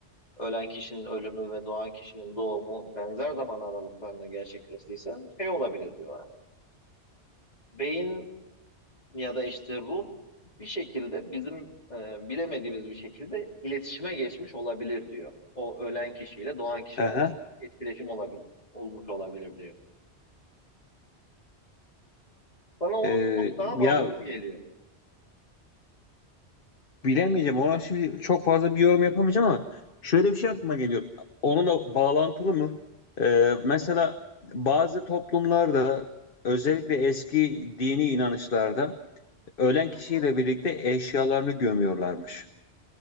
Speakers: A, on the left; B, on the left.
A: ölen kişinin ölümü ve doğan kişinin doğumu benzer zaman aralıklarında gerçekleştiyse şey olabilir diyorlar. Beyin ya da işte ruh bir şekilde bizim e, bilemediğimiz bir şekilde iletişime geçmiş olabilir diyor. O ölen kişiyle doğan kişi
B: Aha.
A: arasında etkileşim olabilir, olmuş olabilir diyor. Bana o
B: E,
A: çok daha mantıklı
B: ya
A: geliyor.
B: bilemeyeceğim. Ona şimdi çok fazla bir yorum yapamayacağım ama şöyle bir şey aklıma geliyor. Onunla bağlantılı mı? E, mesela bazı toplumlarda özellikle eski dini inanışlarda ölen
A: Hı
B: kişiyle
A: hı.
B: birlikte eşyalarını gömüyorlarmış.